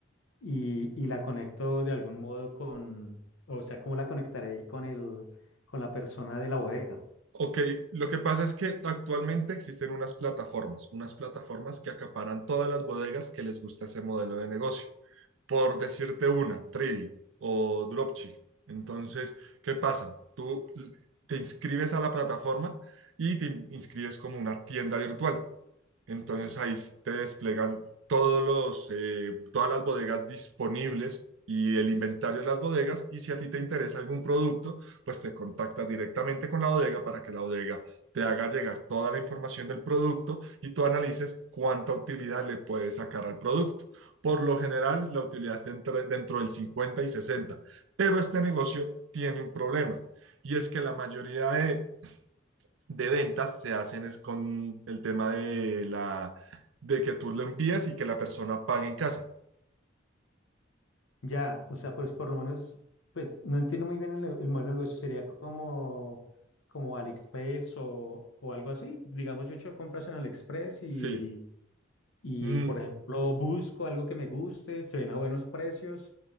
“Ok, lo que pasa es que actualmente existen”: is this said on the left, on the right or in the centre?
Right